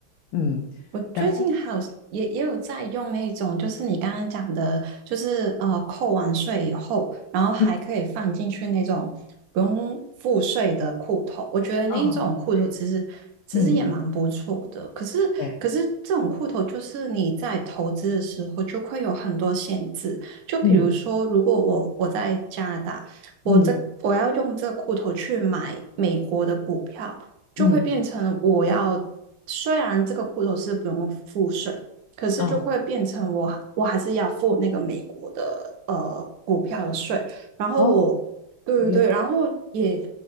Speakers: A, on the left; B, on the right.
A: 嗯，
B: 我最近还有也也有在用那种，
A: 然后
B: 就是你刚刚讲的，就是呃扣完税以后，然后还可以放进去那种不用付税的裤头。
A: 嗯，
B: 我觉得那一种裤头其实其实也蛮不错的，
A: 啊，对，嗯，
B: 可是可是这种裤头就是你在投资的时候就会有很多限制，
A: 对，
B: 就比如说如果我我在加拿大，
A: 嗯
B: 我这我要用这裤头去买美国的股票。
A: 嗯
B: 就会变成我要，
A: 嗯，
B: 虽然这个户头是不用付税，可是就会变成我还我还是要付那个美国的呃股票的税。
A: 哦
B: 然后我，
A: 哦，
B: 对对对，
A: 原来，
B: 然后也